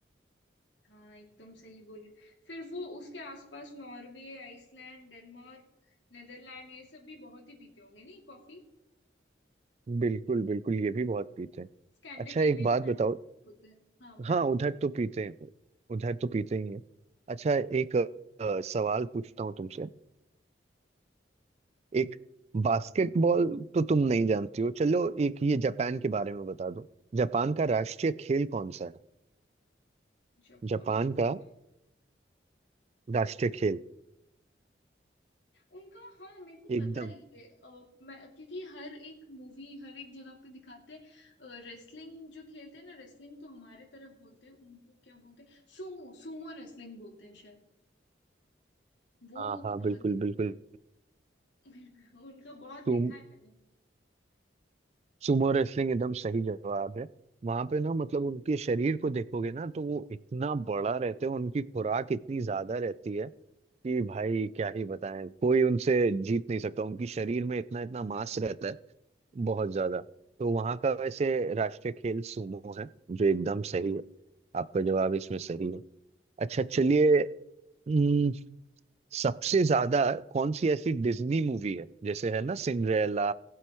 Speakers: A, on the left; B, on the right.
A: हाँ एकदम सही बोले फिर वो उसके आसपास नॉर्वे आइसलैंड डेनमार्क नेदरलैंड ये सब भी बहुत ही पीते होंगे नहीं कॉफी
B: बिल्कुल बिल्कुल ये भी बहुत पीते हैं
A: स्कैंडिनेवियन
B: अच्छा एक बात
A: कंट्री
B: बताओ
A: होते हैं हाँ बता
B: हाँ उधर तो पीते हैं उधर तो पीते ही हैं अच्छा एक अ, सवाल पूछता हूँ तुमसे एक बास्केटबॉल तो तुम नहीं जानती हो चलो एक ये जापान के बारे में बता दो जापान का राष्ट्रीय खेल कौन सा है
A: जापान
B: जापान का
A: का
B: राष्ट्रीय खेल
A: उनका हाँ मेरे को पता
B: एकदम
A: ही है अ, मैं क्योंकि हर एक मूवी हर एक जगह पे दिखाते हैं रेसलिंग जो खेलते हैं ना रेसलिंग तो हमारे तरफ बोलते हैं उनको क्या बोलते हैं सुमो सुमो रेसलिंग बोलते हैं शायद वो
B: हाँ हाँ
A: तो
B: बिल्कुल
A: बहुत
B: बिल्कुल
A: <laughs> उनका बहुत देखा
B: तुम
A: है मैंने
B: सुमो रेसलिंग एकदम सही जवाब है वहां पे ना मतलब उनके शरीर को देखोगे ना तो वो इतना बड़ा रहते हैं उनकी खुराक इतनी ज्यादा रहती है कि भाई क्या ही बताएं कोई उनसे जीत नहीं सकता उनकी शरीर में इतना इतना मांस रहता है
A: हम्म,
B: बहुत ज्यादा तो वहां का वैसे राष्ट्रीय खेल सूमो है जो एकदम सही है आपका जवाब इसमें सही है अच्छा चलिए हम्म, सबसे ज्यादा कौन सी ऐसी डिज्नी मूवी है जैसे है ना सिंड्रेला